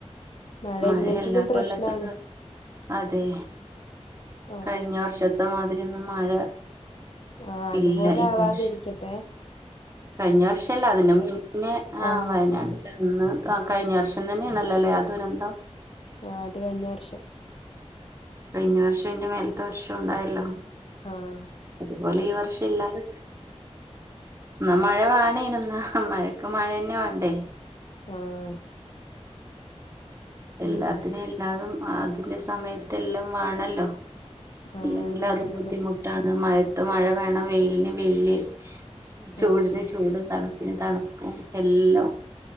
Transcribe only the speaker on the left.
മഴ
ഇല്ലെങ്കിലും പ്രശ്നാണ്
ആഹ്
ആ അതുപോലെ
ആവാതിെരിക്കട്ടെ
ആഹ്
ആ അത് കഴിഞ്ഞ വർഷം
ആഹ്
ആഹ
ഉം
ആഹ്
വേണം
ആഹ്